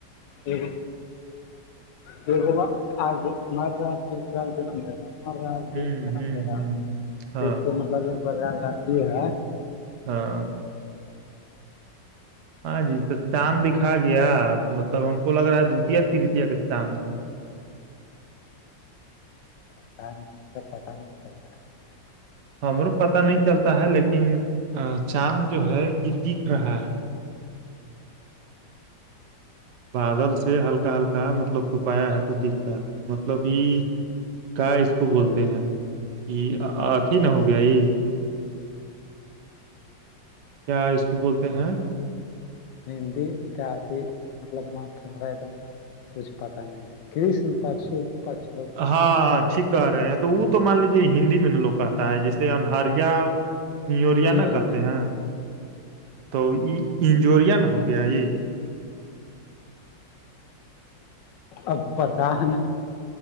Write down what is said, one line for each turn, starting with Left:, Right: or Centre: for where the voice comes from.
Left: یہ تو آج مار آس نام جا ہمارا
Right: ہ
Left: جنم
Right: ہ ہ
Left: ہے گ
Right: ہ ہاں
Left: تو مطلب پرار کا کی ہے
Right: ہاں ہاں جی تو چاند دکھا گیا مطلب ہم کو لگ رہا ہے دتیہ ترتیہ کا چاند ہے
Left: پتا ہے نہیں ہم کو پتہ نہیں چلتا ہے
Right: ہمرو پتا نہیں چلتا ہے لیکن چاند جو ہے کہ دکھ رہا ہے بادل سے ہلکا ہلکا مطلب توپایا ہے تو دکھ رہا مطلب یہ کیا اس کو بولتے ہیں یہ آخ ہی نہ ہو گیا یہ کیا اس کو بولتے ہیں
Left: ہندی کا ادھی مطلب ہمرا ایک دم کچھ پتا نہیں ہے کرسن پرشو پشو بولتے ہیں
Right: ہاں ٹھیک کہ رہے ہیں تو وہ تو مان لیجے ہندی میں نا لوگ کہتا ہے جیسے انہریا انجوریا
Left: ہیریا
Right: نہ کہتے ہیں تو یہ انجوریا نہ ہو گیا یہ
Left: اب پتا ہے نا